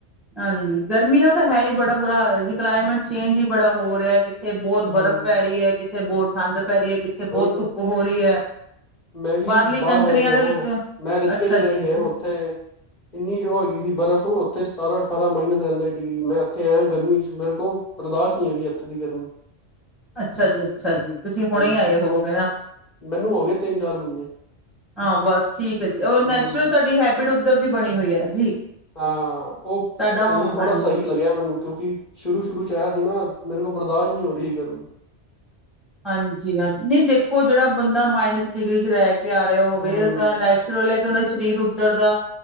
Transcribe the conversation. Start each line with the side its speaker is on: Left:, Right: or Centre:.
Centre: ਹਾਂਜੀ ਗਰਮੀ ਨਾਲ ਤਾਂ ਹੈ, ਹੀ ਬੜਾ ਬੁਰਾ ਹਾਲ ਜੀ ਕਲਾਈਮੇਟ ਚੇਂਜ ਹੀ ਬੜਾ ਹੋ ਰਿਹਾ। ਇੱਥੇ ਬਹੁਤ
Left: ਹੂੰ,
Centre: ਬਰਫ਼ ਪੈ ਰਹੀ ਹੈ ਕਿ ਤੇ ਬਹੁਤ ਠੰਢ ਪੈ ਰਹੀ ਹੈ। ਇੱਥੇ ਬਹੁਤ
Left: ਉਹੀ
Centre: ਧੁੱਪ ਹੋ ਰਹੀ ਹੈ।
Left: ਮੈਂ ਜੀ
Centre: ਬਾਹਰਲੀ ਕੰਟਰੀਆਂ
Left: ਰਹਿ ਗਿਆ
Centre: ਦੇ ਵਿੱਚ
Left: ਮੈਂ ਰਸ਼ੀਆ
Centre: ਅੱਛਾ
Left: ਚ
Centre: ਜੀ
Left: ਰਹਿ ਗਿਆ ਉੱਥੇ ਇੰਨੀ ਜੋ ਹੈਗੀ ਸੀ ਬਰਫ਼ ਉੱਥੇ ਸਤਾਰਾਂ ਅਠਾਰਾਂ ਮਾਈਨਸ ਰਹਿੰਦਾ ਡਿਗਰੀ ਮੈਂ ਇੱਥੇ ਆਇਆ ਗਰਮੀ ਚ ਮੇਰੇ ਕੋਲ ਬਰਦਾਸ਼ਤ ਨੀ ਹੈਗ ਰਹੀ ਇੱਥੇ ਦੀ ਗਰਮੀ
Centre: ਅੱਛਾ ਜੀ ਅੱਛਾ ਜੀ ਤੁਸੀਂ
Left: ਹਾਂਜੀ
Centre: ਹੁਣੇ ਆਏ ਹੋਗੇ ਨਾ,
Left: ਮੈਨੂੰ ਹੋ ਗਏ ਤਿੰਨ ਚਾਰ ਮਹੀਨੇ
Centre: ਹਾਂ ਬਸ ਠੀਕ ਹੈ ਜੀ ਉਹ
Left: ਹੂੰ
Centre: ਨੈਚੁਰਲ ਤੁਹਾਡੀ ਹੈਬ ਉੱਧਰ ਦੀ ਬਣੀ ਹੋਈ ਹੈ ਜੀ,
Left: ਹਾਂ ਉਹ
Centre: ਤੁਹਾਡਾ
Left: ਹੁਣ ਥੋੜ੍ਹਾ
Centre: ਹਾਂਜੀ
Left: ਸਹੀ ਲੱਗਿਆ ਮੈਨੂੰ ਕਿਉਂਕਿ, ਸ਼ੁਰੂ-ਸ਼ੁਰੂ, ਚ ਆਇਆ ਸੀ ਨਾ ਮੇਰੇ ਕੋਲ ਬਰਦਾਸ਼ਤ ਨਹੀਂ ਹੋ ਰਹੀ ਸੀ ਘਰ
Centre: ਹਾਂਜੀ-ਹਾਂਜੀ, ਨਹੀਂ ਦੇਖੋ ਜਿਹੜਾ ਬੰਦਾ ਮਾਈਨਸ ਡਿਗਰੀ ਚ ਰਹਿ ਕੇ ਕ ਰਿਹਾ ਹੋਵੇ
Left: ਹੂੰ
Centre: ਤਾਂ ਨੈਚੁਰਲ ਹੈ ਕਿ ਉਹਨਾਂ ਸਰੀਰ ਉੱਧਰ ਦਾ